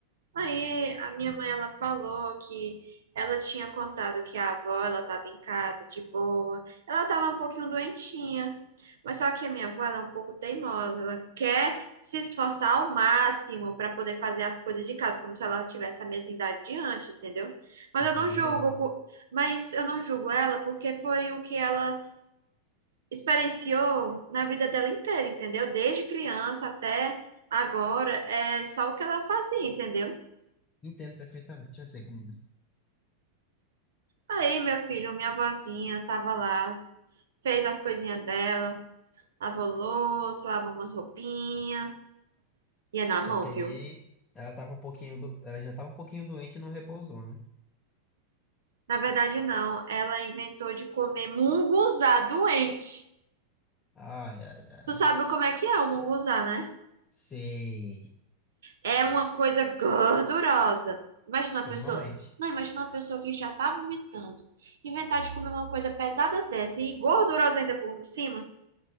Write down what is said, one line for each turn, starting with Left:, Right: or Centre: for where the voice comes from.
Right: Aí a minha mãe ela falou que ela tinha contado que a avó ela estava em casa de boa. Ela estava um pouquinho doentinha. Mas só que a minha avó ela é um pouco teimosa, ela quer se esforçar ao máximo para poder fazer as coisas de casa, como se ela tivesse a mesma idade de antes, entendeu? Mas
Left: Isso
Right: eu não
Left: não
Right: julgo,
Left: é legal.
Right: por- mas eu não julgo ela porque foi o que ela experienciou na vida dela inteira, entendeu? Desde criança até agora, é só o que ela fazia, entendeu?
Left: Entendo perfeitamente, eu sei como é.
Right: Aí, meu filho, minha vozinha tava lá, fez as coisinhas dela, lavou louça, lavou umas roupinhas, ia na
Left: Só
Right: mão,
Left: que aí
Right: viu?
Left: ela tava um pouquinho do... ela já tava um pouquinho doente e não repousou, né?
Right: Na verdade, não, ela inventou de comer munguzá doente.
Left: Ai, ai, ai.
Right: Tu sabe como é que é o munguzá, né?
Left: Sei.
Right: É uma coisa gordurosa. Imagina
Left: Extremamente.
Right: uma pessoa, não, imagina uma pessoa que já tá vomitando, inventar de comer uma coisa pesada dessa e gordurosa ainda por cima.